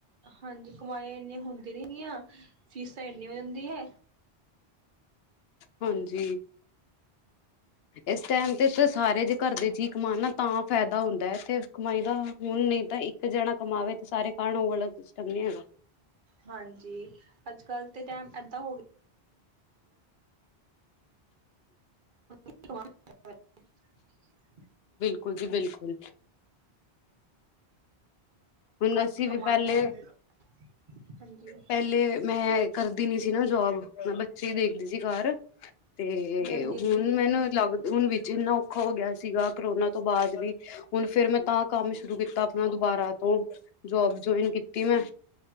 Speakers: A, on the right; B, on the left.
A: ਹਾਂਜੀ ਕਮਾਈ ਇੰਨਿਆਂ ਹੁੰਦੀਆਂ ਨੀ ਗਿਆਂ, ਫੀਸਾਂ ਇਨਿਆਂ ਹੋ ਜਾਂਦੀ ਹੈ।
B: ਹਾਂਜੀ। ਇਸ ਟਾਈਮ ਤੇ ਤਾਂ ਸਾਰੇ ਜੇ ਘਰ ਦੇ ਜੀਅ ਕਮਾਣ ਨਾ ਤਾਂ ਫ਼ਾਇਦਾ ਹੁੰਦਾ ਹੈ। ਇਸ ਕਮਾਈ ਦਾ ਹੁਣ ਨਹੀਂ ਤਾਂ ਇੱਕ ਜਾਣਾ ਕਮਾਵੇ ਤੇ ਸਾਰੇ ਖਾਣ ਉਹ ਵਾਲਾ ਸਿਸਟਮ ਨੀ ਹੈਗਾ।
A: ਹਾਂਜੀ, ਅੱਜ-ਕੱਲ੍ਹ ਤੇ ਟਾਈਮ ਏਦਾਂ ਹੋ ਗਿਆ <unintelligible>
B: ਬਿਲਕੁਲ ਜੀ ਬਿਲਕੁਲ! ਹੁਣ
A: ਹੱਥ
B: ਅਸੀਂ
A: ਕਮਾਉਣ
B: ਵੀ ਪਹਿਲੇ
A: ਚਾਹੀਦਾ ਹਾਂਜੀ
B: ਪਹਿਲੇ, ਮੈਂ ਕਰਦੀ ਨੀ ਸੀ ਨਾ ਜੋਬ ਮੈਂ ਬੱਚੇ ਦੇਖਦੀ ਸੀ ਘਰ ਤੇ
A: ਹਾਂਜੀ ਹਾਂਜੀ
B: ਹੁਣ ਮੈਨੂੰ ਲੱਗ ਹੁਣ ਵਿੱਚ ਇੰਨਾ ਔਖਾ ਹੋ ਗਿਆ ਸੀਗਾ। ਕਰੋਨਾ ਤੋਂ ਬਾਅਦ ਵੀ ਹੁਣ ਫੇਿਰ ਮੈਂ ਤਾਂ ਕੰਮ ਸ਼ੁਰੂ ਕੀਤਾ ਆਪਣਾ ਦੁਬਾਰਾ ਤੋਂ ਜੋਬ ਜੁਇਨ ਕੀਤੀ ਮੈਂ।